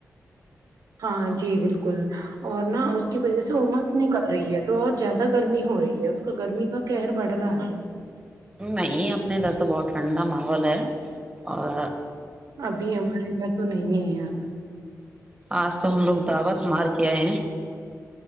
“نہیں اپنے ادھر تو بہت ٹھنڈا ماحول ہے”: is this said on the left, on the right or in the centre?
Right